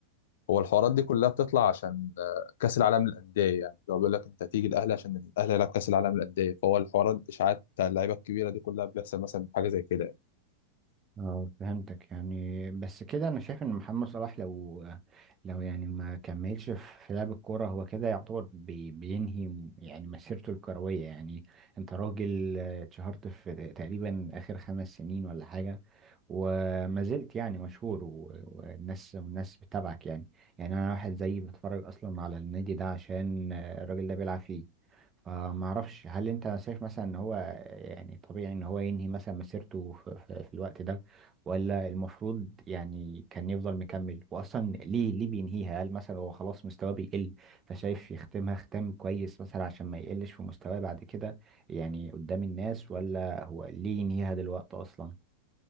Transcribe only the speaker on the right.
اه فهمتك يعني بس كده انا شايف ان محمد صلاح لو لو يعني ما كملش في لعب الكوره هو كده يعتبر بي بينهي يعني مسيرته الكرويه يعني انت راجل آه، اتشهرت في تقريبا اخر خمس سنين ولا حاجه وما زلت يعني مشهور و- والناس والناس بتتابعك يعني يعني انا واحد زيي بتفرج اصلا على النادي ده عشان آه، الراجل ده بيلعب فيه فما اعرفش هل انت شايف مثلا ان هو يعني طبيعي ان هو ينهي مثلا مسيرته في, في, في الوقت ده ولا المفروض يعني كان يفضل مكمل واصلا ليه ليه بينهيها هل مثلا هو خلاص مستواه بيقل فشايف يختمها ختام كويس مثلا عشان ما يقلش في مستواه بعد كده يعني قدام الناس ولا هو ليه ينهيها دلوقتي اصلا